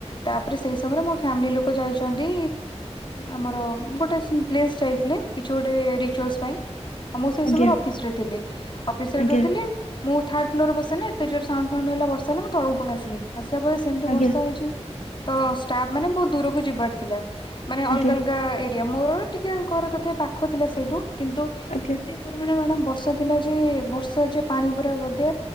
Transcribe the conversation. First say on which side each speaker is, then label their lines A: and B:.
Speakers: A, on the left (about 45°); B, on the left (about 80°).
A: ତାପରେ ସେଇ ସମୟରେ ମୋ ଫ୍ୟାମିଲି ଲୋକ ଯାଇଛନ୍ତି ଆମର ଗୋଟେ ପ୍ଲେସ ଯାଇଥିଲେ କିଛି ଗୋଟେ ରିଚୁଆଲସ୍ ପାଇଁ ଆଉ ମୁଁ ସେଇ
B: ଆଜ୍ଞା
A: ସମୟରେ ଅଫିସ ରେ ଥିଲି ଅଫିସ ରେ ଯେତେବେଳେ
B: ଆଜ୍ଞା
A: ଥିଲି ମୁଁ ଥାର୍ଡ ଫ୍ଲୋରରେ ବସେନା ଏତେ ଜୋର ସାଉଣ୍ଡ ଫାଉଣ୍ଡ ହେଲା ବର୍ଷା ହେଲା। ମୁଁ ତଳକୁ ପଳେଇ ଆସିଲି। ଆସିଲା ପରେ ସେମତି
B: ଆଜ୍ଞା
A: ବର୍ଷା ହେଇଛି ତ ଷ୍ଟାଫ ମାନେ ବହୁତ ଦୂରକୁ ଯିବାର ଥିଲା, ମାନେ
B: ଆଜ୍ଞା
A: ଅଲଗା ଅଲଗା ଏରିଆ। ମୋର ଟିକେ ଘର ତଥାପି ପାଖ ଥିଲା ସେଇଠୁ, କିନ୍ତୁ
B: ଆଜ୍ଞା
A: ଏତେ ପରିମାଣ ମ୍ୟାଡ଼ମ୍ ବର୍ଷା ଥିଲା ଯେ ବର୍ଷା ଯେ ପାଣି ପୁରା ଗଦେ,